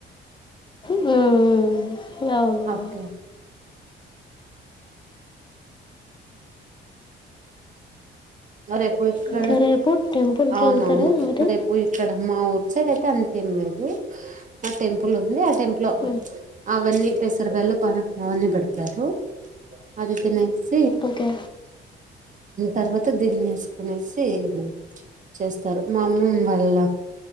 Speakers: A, on the left; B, on the right.
A: మ్మ్. అవునవును
B: ఓకే సరే పోయి ఇక్కడ
A: ఇంకా రేపు టెంపుల్కి
B: అవునవును
A: వెళ్తారా మరి
B: రేపు ఇక్కడమ్ మా ఊరు సైడ్ అయితే అంతేం లేదు ఆ టెంపుల్ ఉంది టెంప్లో
A: ఉమ్,
B: అవన్నీ పెసర బ్యాల్లో పానక మావన్నీ పెడతారు అదైతే నను స
A: ఓకే
B: తర్వాత దిన్నేసుకునేసి ఇది చేస్తారు మా అమ్మమ్ వాళ్ళ